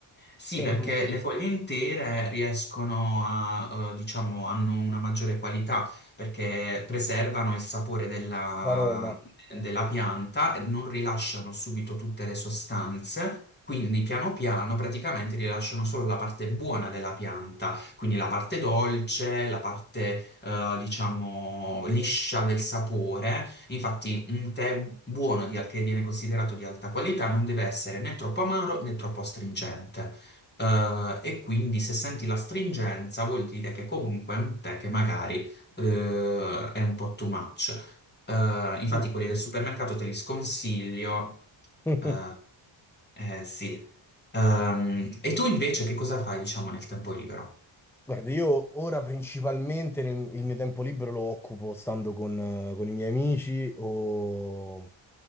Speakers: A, on the left; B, in the centre.
A: Sì,
B: Cioè,
A: perché
B: la
A: le foglie intere riescono a, eh, diciamo, hanno una maggiore qualità perché preservano il sapore della,
B: Roma.
A: della pianta e non rilasciano subito tutte le sostanze. Quindi piano piano praticamente rilasciano solo la parte buona della pianta, quindi la parte dolce, la parte, eh, diciamo, liscia del sapore. Infatti, un tè buono di- che viene considerato di alta qualità non deve essere né troppo amaro né troppo astringente. Eh, e quindi se senti la stringenza vuol dire che comunque è un tè che magari eh, è un po' too much. Eh, infatti
B: Fighissimo.
A: quelli del supermercato te li sconsiglio.
B: <laughs>
A: Eh, eh, sì. Ehm, e tu invece che cosa fai, diciamo, nel tempo libero?
B: Guarda, io ora principalmente nel- il mio tempo libero lo occupo stando con, eh, con i miei amici o